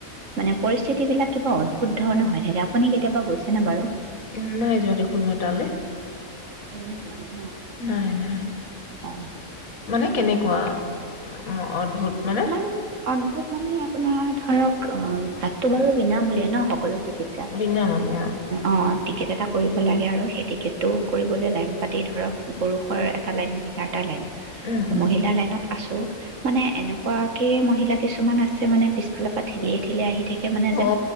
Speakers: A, on the right (about 65°); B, on the left (about 75°).
A: মানে পৰিস্থিতি বিলাক কিবা অদ্ভুত ধৰণৰ হৈ থাকে। আপুনি কেতিয়াবা গৈছেনে বাৰু?
B: উম, নাই যোৱা দেখোন মই তালৈ,
A: এদিনো যোৱা নাই ন
B: নাই নাই,
A: অ
B: মানে কেনেকুৱা? অ', অদ্ভুত। মানে
A: ইমান অদ্ভুত মানুহে আপোনাৰ ধৰক অ' তাততো বাৰু বিনামূলীয়া ন সকলো দেখিছা
B: বিনামূলীয়া
A: অঁ টিকেট এটা কৰিব লাগে আৰু সেই টিকেটটো কৰিবলৈ লাইন পাতি ধৰক পুৰুষৰ এটা লাইন মহিলাৰ এটা লাইন
B: উম উম
A: মহিলা লাইনত আছো মানে এনে কুৱাকে মহিলা কিছুমান আছে, মানে পিছফালৰ পৰা ঠেলিয়াই -ঠেলিয়াই আহি থাকে। সে, 'মানে যেন,
B: অ